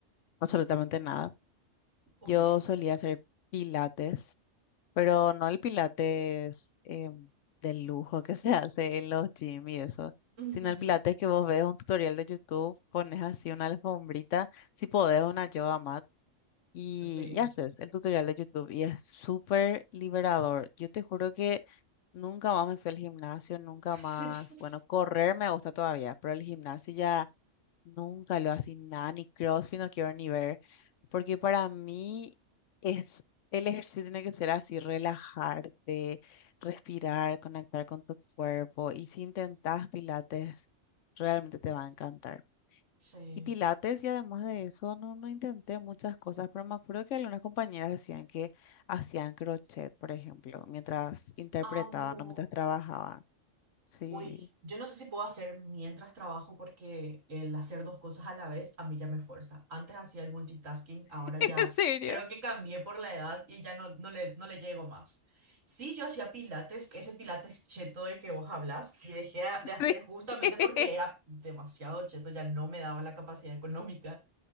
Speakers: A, on the left; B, on the right.
A: absolutamente nada,
B: Uy.
A: yo solía hacer pilates, pero no el pilates eh, de lujo que <laughs> se hace en los gym y eso,
B: Ujú,
A: sino el pilates que vos ves un tutorial de YouTube, pones así una alfombrita, si podés una yoga mat y,
B: Sí.
A: y haces el tutorial de YouTube y es súper liberador. Yo te juro que nunca más me fui al gimnasio, nunca
B: <laughs>
A: más, bueno, correr me gusta todavía, pero el gimnasio ya nunca lo así nada, ni CrossFit no quiero ni ver, porque para mí es, el ejercicio tiene que ser así, relajarte, respirar, conectar con tu cuerpo y si intentas pilates, realmente te va a encantar.
B: Sí.
A: Y Pilates, y además de eso, no, no intenté muchas cosas, pero me acuerdo que algunas compañeras decían que hacían crochet, por ejemplo, mientras interpretaban
B: Amo.
A: o mientras trabajaban. Sí,
B: Uy, yo no sé si puedo hacer mientras trabajo porque el hacer dos cosas a la vez a mí ya me fuerza. Antes hacía el multitasking, ahora
A: <laughs> ¿En
B: ya
A: serio?
B: creo que cambié por la edad y ya no, no le, no le llego más. Sí, yo hacía pilates, ese pilates cheto del que vos hablas, y dejé de
A: sí,
B: hacer justamente
A: <laughs>
B: porque era demasiado cheto, ya no me daba la capacidad económica.